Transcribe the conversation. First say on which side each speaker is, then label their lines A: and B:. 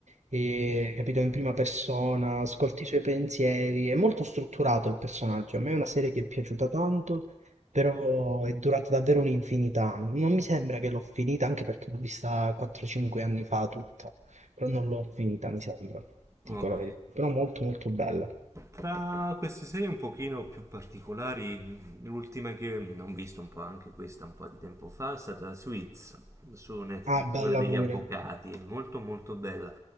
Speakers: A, on the right; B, on the right.
A: eh, capito, in prima persona, ascolti i suoi pensieri, è molto strutturato il personaggio. A me è una serie che è piaciuta tanto, però è durata davvero un'infinità. Non mi sembra che l'ho finita, anche perché l'ho vista 4-5 anni fa tutta, però non l'ho finita, mi sembra,
B: Ok.
A: dico la verità. Però molto molto bella.
B: Tra queste serie un pochino più particolari, l'ultima che ho visto un po' anche questa un po' di tempo fa è stata Suits su Netflix,
A: Ah, bella
B: quella degli
A: pure.
B: avvocati, è molto molto bella.